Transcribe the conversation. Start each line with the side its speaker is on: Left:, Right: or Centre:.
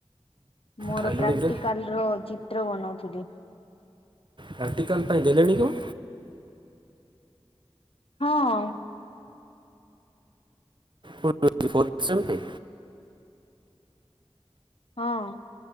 Left: ମୋର
Right: ଖାଇଲୁଣି
Left: ପ୍ରାକ୍ଟିକାଲ
Right: କିରେ
Left: ର ଚିତ୍ର ବନଉଥିଲି।
Right: ପ୍ରାକ୍ଟିକାଲ ପାଇଁ ଦେଲେଣି କଣ?
Left: ହଁ।
Right: <inaudible> ସେମିତି
Left: ହଁ।